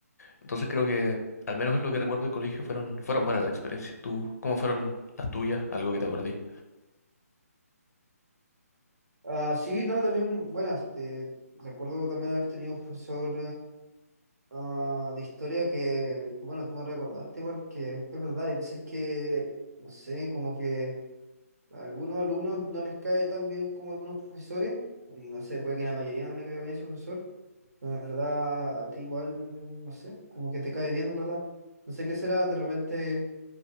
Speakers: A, on the left (about 75°); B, on the right (about 80°).
A: Entonces creo que, al menos en lo que recuerdo del colegio, fueron, fueron buenas las experiencias. ¿Tú, cómo fueron las tuyas? Algo que te acordé.
B: Ah, sí, no, también, bueno, este, recuerdo también haber tenido un profesor ah, de historia que, que, bueno, tú me recordaste igual, que es verdad, hay veces que, no sé, como que A algunos alumnos no les cae tan bien como a algunos profesores, y no sé, puede que la mayoría no le caiga bien su profesor, pero en verdad a ti igual, no sé, como que te cae bien en verdad. No sé qué será, de repente,